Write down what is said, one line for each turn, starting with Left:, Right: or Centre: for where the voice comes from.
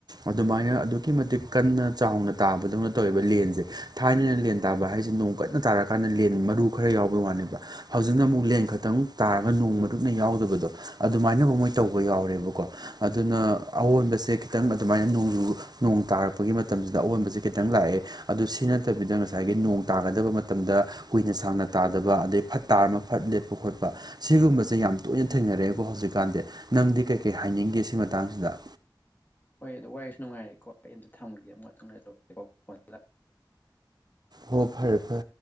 Right: ꯑꯗꯨꯃꯥꯏꯅ ꯑꯗꯨꯛꯀꯤ ꯃꯇꯤꯛ ꯀꯟꯅ ꯆꯥꯎꯅ ꯇꯥꯕꯗꯧꯅ ꯇꯧꯋꯦꯕ ꯂꯦꯟꯁꯦ ꯊꯥꯏꯅꯅ ꯂꯦꯟ ꯇꯥꯕ ꯍꯥꯏꯁꯦ ꯅꯣꯡ ꯀꯟꯅ ꯇꯥꯔꯀꯥꯟꯗ ꯂꯦꯟ ꯃꯔꯨ ꯈꯔ ꯌꯥꯎꯕꯒꯤ ꯋꯥꯅꯦꯕ ꯍꯧꯖꯤꯛꯅ ꯑꯃꯨꯛ ꯂꯦꯟ ꯈꯛꯇꯪ ꯇꯥꯔꯒ ꯅꯣꯡ ꯃꯔꯨꯅ ꯌꯥꯎꯗꯕꯗꯣ ꯑꯗꯨꯃꯥꯏꯅꯐꯥꯎ ꯃꯣꯏ ꯇꯧꯕ ꯌꯥꯎꯔꯦꯕꯀꯣ ꯑꯗꯨꯅ ꯑꯑꯣꯟꯕꯁꯦ ꯈꯤꯇꯪ ꯑꯗꯨꯃꯥꯏꯅ ꯅꯣꯡꯖꯨ ꯅꯣꯡ ꯇꯥꯔꯛꯄꯒꯤ ꯃꯇꯝꯁꯤꯗ ꯑꯑꯣꯟꯕꯁꯦ ꯈꯤꯇꯪ ꯂꯥꯛꯑꯦ ꯑꯗꯨ ꯁꯤ ꯅꯠꯇꯕꯤꯗ ꯉꯁꯥꯏꯒꯤ ꯅꯣꯡ ꯇꯥꯒꯗꯕ ꯃꯇꯝꯗ ꯀꯨꯏꯅ ꯁꯥꯡꯅ ꯇꯥꯗꯕ ꯑꯗꯩ ꯐꯠ ꯇꯥꯔꯃ ꯐꯠ ꯂꯦꯞꯄ ꯈꯣꯠꯄ ꯁꯤꯒꯨꯝꯕꯁꯦ ꯌꯥꯝ ꯇꯣꯏꯅ ꯊꯦꯡꯅꯔꯛꯑꯦꯀꯣ ꯍꯧꯖꯤꯛꯀꯥꯟꯗꯤ ꯅꯪꯗꯤ ꯀꯩꯀꯩ ꯍꯥꯏꯅꯤꯡꯒꯦ ꯁꯤ ꯃꯇꯥꯡꯁꯤꯗ
Left: ꯍꯣꯏ ꯑꯗꯨ ꯋꯥꯔꯤꯁꯨ ꯅꯨꯡꯉꯥꯏꯔꯦꯀꯣ ꯑꯩ ꯑꯝꯇꯥ ꯊꯝꯒꯦ ꯑꯃꯨꯛ ꯉꯛꯇꯪ ꯂꯩꯔꯥ ꯇꯧꯔꯛꯀꯦꯀꯣ ꯐꯣꯟ
Right: ꯍꯣ ꯐꯔꯦ ꯐ